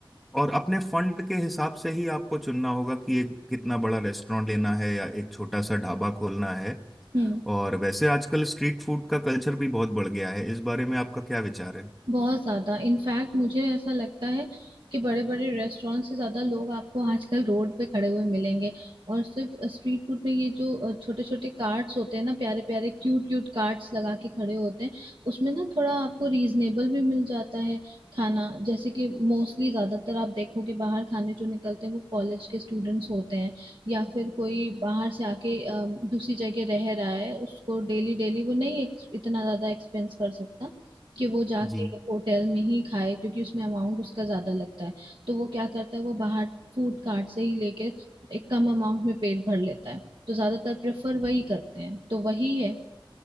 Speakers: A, in the centre; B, on the right.
A: और अपने फंड के हिसाब से ही आपको चुनना होगा कि एक कितना बड़ा रेस्टोरेंट लेना है या एक छोटा सा ढाबा खोलना है
B: हम्म
A: और वैसे आजकल स्ट्रीट फूड का कल्चर भी बहुत बढ़ गया है इस बारे में आपका क्या विचार है
B: बहुत ज्यादा इनफैक्ट मुझे ऐसा लगता है कि बड़े बड़े रेस्टोरेंट से ज्यादा लोग आपको आजकल रोड पे खड़े हुए मिलेंगे और सिर्फ स्ट्रीट फूड में ये जो छोटे छोटे कार्ट्स होते हैं ना प्यारे प्यारे क्यूट क्यूट कार्ट्स लगा के खड़े होते हैं उसमें ना थोड़ा आपको रीजनेबल भी मिल जाता है खाना जैसे कि मोस्टली ज्यादातर आप देखोगे बाहर खाने जो निकलते हैं वो कॉलेज के स्टूडेंट्स होते हैं या फिर कोई बाहर से आके अ, दूसरी जगह रह रहा है उसको डेली डेली वो नहीं इतना ज्यादा एक्सपेंस कर सकता कि वो जाके
A: जी
B: होटल में ही खाए क्योंकि उसमें अमाउंट उसका ज्यादा लगता है तो वो क्या करता है वो बाहर फूड कार्ट से ही लेके एक कम अमाउंट में पेट भर लेता है तो ज्यादातर प्रेफर वही करते हैं तो वही है